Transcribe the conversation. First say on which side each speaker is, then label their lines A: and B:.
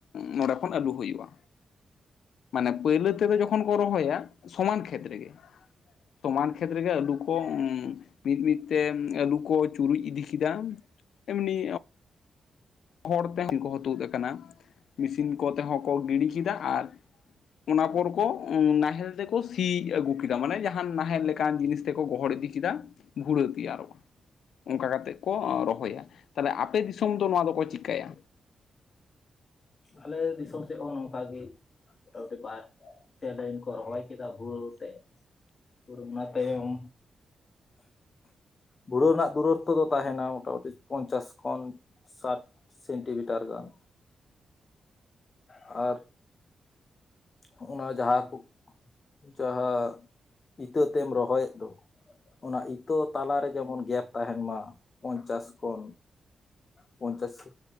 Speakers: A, on the left; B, on the left.
A: ᱱᱚᱸᱰᱮ ᱠᱷᱚᱱ ᱟᱹᱞᱩ ᱦᱩᱭᱩᱜᱼᱟ᱾ ᱢᱟᱱᱮ ᱯᱟᱹᱭᱞᱟᱹ ᱛᱮᱫᱚ ᱡᱚᱠᱷᱚᱱ ᱠᱚ ᱨᱚᱦᱚᱭᱟ ᱥᱚᱢᱟᱱ ᱠᱷᱮᱛ ᱨᱮᱜᱮ᱾ ᱥᱚᱢᱟᱱ ᱠᱷᱮᱛ ᱨᱮᱜᱮ ᱟᱹᱞᱩ ᱠᱚ ᱢᱤᱫ ᱢᱤᱫ ᱛᱮ ᱟᱹᱞᱩ ᱠᱚ ᱪᱩᱨᱩᱡ ᱤᱫᱤ ᱠᱮᱫᱟ ᱮᱢᱱᱤ ᱦᱚᱲ ᱛᱮᱦᱚᱸ <inaudible> ᱠᱚᱦᱚᱸ ᱛᱳᱫ ᱠᱟᱱᱟ ᱢᱮᱥᱤᱱ ᱠᱚᱛᱮᱦᱚᱸ ᱠᱚ ᱜᱤᱰᱤ ᱠᱮᱫᱟ ᱟᱨ ᱚᱱᱟ ᱯᱚᱨ ᱠᱚ ᱱᱟᱦᱮᱞ ᱛᱮᱠᱚ ᱥᱤ ᱟᱹᱜᱩ ᱠᱮᱫᱟ ᱢᱟᱱᱮ ᱡᱟᱦᱟᱱ ᱱᱟᱦᱮᱞ ᱞᱮᱠᱟᱱ ᱡᱤᱱᱤᱥ ᱛᱮᱠᱚ ᱜᱚᱦᱚᱲ ᱤᱫᱤ ᱠᱮᱫᱟ ᱵᱷᱩᱲᱟᱹ ᱛᱮᱭᱟᱨᱚᱜᱼᱟ ᱚᱱᱠᱟ ᱠᱟᱛᱮᱫ ᱠᱚ ᱨᱚᱦᱚᱭᱟ ᱾ ᱛᱟᱦᱚᱞᱮ ᱟᱯᱮ ᱫᱤᱥᱚᱢ ᱫᱚ ᱱᱚᱣᱟ ᱫᱚᱠᱚ ᱪᱤᱠᱟᱹᱭᱟ?
B: ᱟᱞᱮ ᱫᱤᱥᱚᱢ ᱥᱮᱫ ᱦᱚᱸ ᱱᱚᱝᱠᱟ ᱜᱮ ᱢᱚᱴᱟᱢᱩᱴᱤ ᱵᱟᱨ ᱯᱮ ᱞᱟᱭᱤᱱ ᱠᱚ ᱨᱚᱦᱚᱭ ᱠᱮᱫᱟ ᱵᱷᱤᱲᱟᱹ ᱟᱛᱮ ᱵᱷᱩᱲᱟᱹ ᱚᱱᱟ ᱛᱟᱭᱚᱢ ᱫᱷᱩᱲᱟᱹᱣ ᱨᱮᱱᱟᱜ ᱫᱩᱨᱚᱛᱛᱚ ᱫᱚ ᱛᱟᱦᱮᱱᱟ ᱢᱚᱴᱟᱢᱩᱴᱤ ᱯᱚᱧᱪᱟᱥ ᱠᱷᱚᱱ ᱥᱟᱴ ᱥᱮᱱᱴᱤᱢᱤᱴᱟᱨ ᱜᱟᱱ᱾ ᱟᱨ ᱱᱚᱜᱼᱚᱭ ᱱᱟ ᱡᱟᱦᱟᱸ ᱠᱚ, ᱡᱟᱦᱟᱸ ᱤᱛᱟᱹ ᱛᱮᱢ ᱨᱚᱦᱚᱭᱮᱫ ᱫᱚ᱾ ᱚᱱᱟ ᱤᱛᱟᱹ ᱛᱟᱞᱟᱨᱮ ᱡᱮᱢᱚᱱ ᱜᱮᱯ ᱛᱟᱦᱮᱱ ᱢᱟ ᱯᱚᱧᱪᱟᱥ ᱠᱷᱚᱱ ᱯᱚᱧᱪᱟᱥᱤ